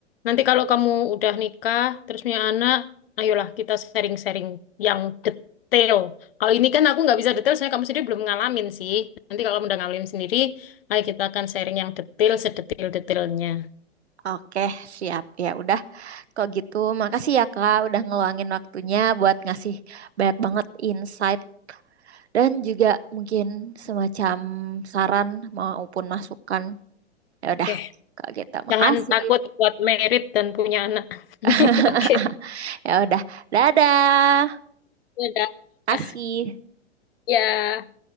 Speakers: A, on the left; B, on the right.
A: Nanti kalau kamu udah nikah, terus punya anak, ayolah kita sharing-sharing yang detail. Kalau ini kan aku nggak bisa detail, soalnya kamu sendiri belum ngalamin sih. Nanti kalau kamu udah ngalamin sendiri, ayo kita akan sharing yang detail, sedetil-detailnya.
B: Oke, siap. Ya udah. Kok gitu, makasih ya Kak udah ngeluangin waktunya buat ngasih banyak banget insight dan juga mungkin semacam saran maupun masukan. Ya
A: Oke.
B: udah, Kak gitu.
A: Jangan
B: Makasih.
A: takut buat merit dan punya anak.
B: <laughs>
A: <laughs> Oke,
B: Ya udah. Dadah.
A: udah.
B: Kasih.
A: Ah, Ya,